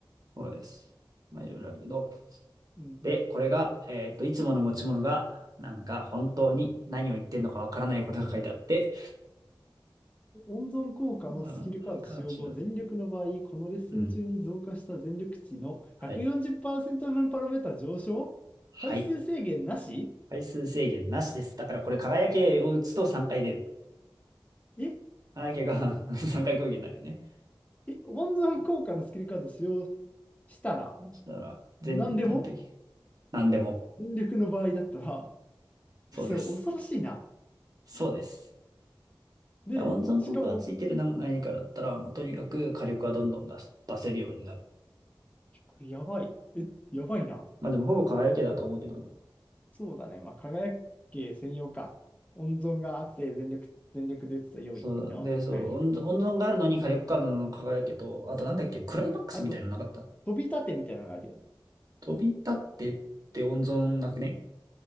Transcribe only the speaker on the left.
うん、
温存効果のスキルカード使用後、
全力の場合、このレッスン中に増加した全力値の140%
分パラメータ上昇回数制限なし
え
え温存効果のスキルカード使用したら、
何でも
全力の場合だったら、
それ恐ろしいな。
で、
しかも、
これやばい。え、やばいな。
そうだね。まあ、輝け専用か。温存があって、全力、全力で打つと良いのは輝きか。
あと、飛び立てみたいなのがあるよね